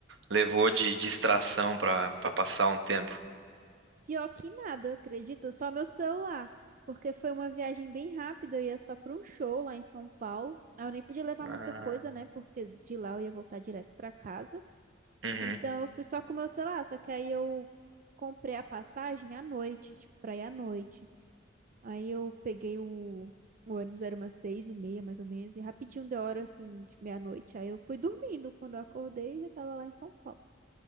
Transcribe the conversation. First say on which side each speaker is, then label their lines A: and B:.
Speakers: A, on the right; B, on the right.
A: Levou de distração pra para passar um tempo.
B: Pior que nada, acredita? Só meu celular, porque foi uma viagem bem rápida, eu ia só para um show lá em São Paulo. Aí eu nem podia levar
A: Ah,
B: muita coisa, né? Porque de lá eu ia voltar direto para casa.
A: uhum.
B: Então eu fui só com meu celular, só que aí eu comprei a passagem à noite, tipo, para ir à noite. Aí eu peguei o, o ônibus, era umas seis e meia, mais ou menos, e rapidinho deu hora, assim, de meia-noite. Aí eu fui dormindo. Quando eu acordei, já tava lá em São Paulo.